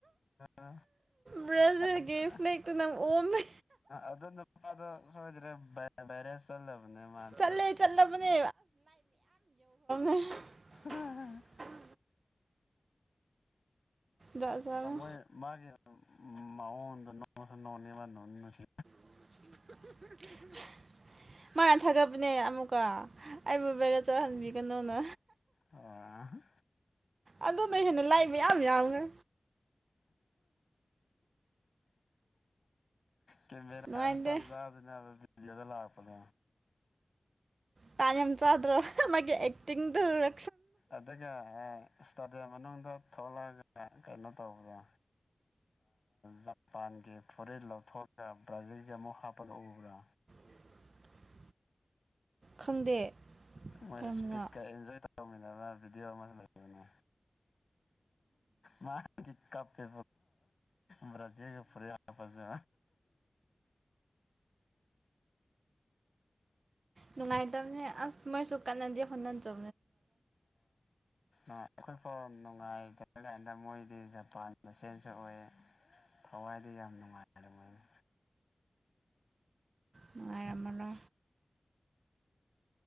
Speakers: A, on the left; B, on the right.
A: ꯑ
B: ꯕ꯭ꯔꯥꯖꯤꯜꯒꯤ
A: ꯑꯗ
B: ꯐ꯭ꯂꯦꯛꯇꯨ ꯅꯪ ꯑꯣꯝꯃꯦ
A: ꯑꯗꯨ ꯁꯣꯖꯔꯦꯔꯦꯁ ꯂꯕꯅꯦ ꯃꯥꯗ
B: ꯆꯠꯂꯦ ꯆꯠꯂꯕꯅꯦ ꯍ
A: ꯎꯝ
B: ꯎ ꯖꯥꯠ ꯖꯥꯠꯅꯤ
A: ꯣꯏ ꯃꯥꯒꯤ ꯅꯣꯡꯁꯨ ꯅꯣꯡꯅꯤ ꯃꯁꯤ
B: <unintelligible> ꯃꯥꯥꯟꯅ ꯊꯥꯒꯠꯄꯅꯦ ꯑꯃꯨꯛꯀ ꯑꯩꯕꯨ ꯦꯔ ꯆꯠꯍꯟꯕꯤꯒꯅꯨꯅ
A: ꯑꯣ
B: ꯑꯗꯨꯗ ꯍꯦꯟꯅ ꯂꯥꯏ ꯃꯌꯥꯝ ꯌꯥꯎꯉꯦ
A: ꯀꯦꯃꯦꯔꯥꯁꯨ
B: ꯅꯨꯡꯉꯥꯏꯇꯦ
A: ꯇꯥꯟꯖꯥꯗꯅꯦ ꯗ ꯂꯥꯛꯄꯗ
B: ꯇꯥꯝ ꯆꯗ꯭ꯔ ꯃꯥ ꯑꯦꯛꯇꯤꯡ ꯔ
A: ꯑꯗꯨꯒ ꯏꯁꯇꯥꯗꯤꯌꯝ ꯃꯅꯨꯡꯗ ꯊꯣꯛꯂꯛꯑꯒ ꯀꯩꯅꯣ ꯇꯧꯕꯗꯣ ꯖꯄꯥꯟꯒꯤ ꯐꯨꯔꯤꯠ ꯂꯧꯊꯣꯛꯂꯒ ꯕ꯭ꯔꯥꯖꯤꯜꯒꯤ ꯑꯃꯨꯛ ꯍꯥꯞꯄꯜ ꯎꯕ꯭ꯔꯥ
B: <unintelligible> ꯈꯪꯗꯦ
A: ꯃꯣꯏ
B: ꯀꯔꯝꯕꯅꯣ
A: ꯏꯁꯄꯤꯠꯀ ꯑꯦꯟꯖꯣꯏ ꯇꯧꯔꯝꯃꯤꯟꯅꯅ ꯚꯤꯗꯤꯑꯣ ꯑꯃ ꯂꯩꯕꯅꯤ ꯃꯥ ꯀꯞꯦ ꯃꯔꯖꯦ ꯐꯔꯦꯁꯨ
B: ꯅꯅꯨꯡꯉꯥꯏ ꯇꯥ ꯑꯁ ꯃꯣꯏ ꯆꯧ ꯀꯥꯟꯅꯗꯤ ꯍꯟꯥꯟ ꯆ
A: ꯎꯝꯣꯏ ꯣ ꯅꯨꯡꯉꯥꯏꯇꯦ ꯀꯥꯟꯗ ꯃꯣꯏꯗꯤ ꯖꯄꯥꯟ ꯃꯁꯦꯜꯁꯨ ꯑꯣꯏ ꯊꯋꯥꯏꯗ ꯌꯥꯝ ꯅꯨꯡꯉꯥꯏꯔ ꯃꯣꯏꯅꯤ
B: ꯅꯨꯡꯉꯥꯏꯔ ꯃꯂꯣ